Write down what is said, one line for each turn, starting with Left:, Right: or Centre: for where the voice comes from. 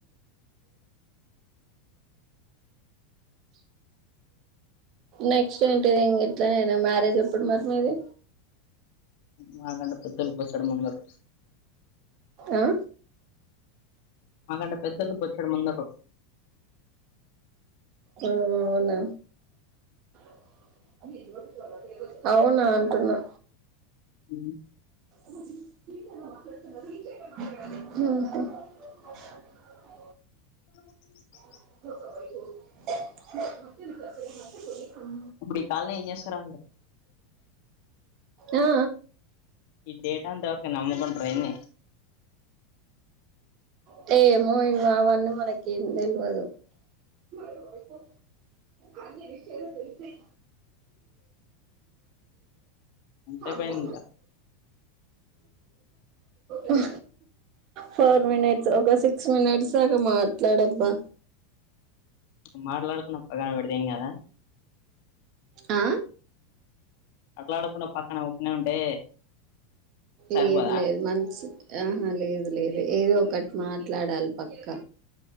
Right: నెక్స్ట్ ఏంటది ఇ ఎట్లానా మ్యారేజ్ ఎప్పుడు మరి నీది
Left: మాకంటే పెద్దలు బచ్చడ ఉన్నారు
Right: ఆ
Left: మాకంటే పెద్దలు పొచ్చడం ముదర
Right: ఆ అవునా <inaudible> అవునా అంటున్నా
Left: ఉ
Right: ఉ
Left: <inaudible>
Right: <inaudible>
Left: అప్పుడ ఈ కాలిని ఏం చేస్తారు
Right: ఆ
Left: ఈ డేటా ఎంతావరకే నమ్కంట్రైంది
Right: అంటే ఏమో ఇ అవన్నీ మనకి ఏం తెలియదు అ విషయాల తెమ
Left: ఎంతసేపు
Right: హమ
Left: అయింది ఇంకా
Right: అ ఫోర్ మినిట్స్ ఒక సిక్స్ మినిట్స్ దాకా మాట్లాడబ్బా
Left: మాట్లకోడం పక్కన పెడితే పెడదంగాదా
Right: ఆ
Left: అట్లాడకుండా పక్కన ఊకె ఉంటే సరిపోదా
Right: లేదు లేదు మంచింది ఆహా లేదు లేదు ఏదో ఒకటి మాట్లాడాలి పక్క